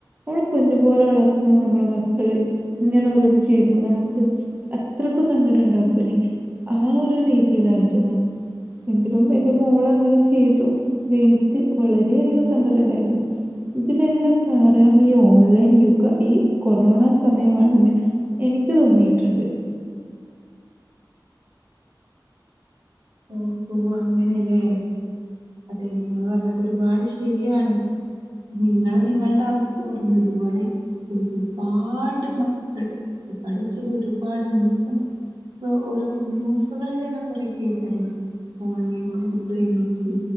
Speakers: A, on the right; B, on the right.
A: ഓള് പൊഞ്ഞുപോലെ വളർത്തുന്ന നമ്മളെ മക്കള് ഇങ്ങനെ ഓരോന്ന് ചെയ്യുമ്പോ നമുക്ക് അത്രക്കും സങ്കടം ഉണ്ടാക്കൂലേ ആ ഒരു രീതിയിലായിരുന്നു എങ്കിലും എന്റെ മോള് അങ്ങനെ ചെയ്തു എനിക്ക് വളരെയധികം സങ്കടം ഉണ്ടായിരുന്നു ഇതിനെല്ലാം കാരണം ഈ ഓൺലൈൻ യുക ഈ കൊറോണ സമയമാണെന്ന് എനിക്ക് തോന്നിയിട്ടുണ്ട്
B: ഓഹ് ഹോ അങ്ങനെല്ലേ അതെ നിങ്ങൾ പറഞ്ഞത് ഒരുപാട് ശരിയാണ് നിങ്ങള് നിങ്ങളുടെ അവസ്ഥ പറഞ്ഞതു പോലെ ഒരുപാട് മക്കള് ഒരുപാട് ചില ഒരുപാട് നമ്മളപ്പം ഇപ്പൊ ഒരു ന്യൂസുകളിൽ തന്നെ കൊറേക്കെ കേട്ടല്ലോ ഓൺലൈൻ വഴി പ്രേമിച്ച്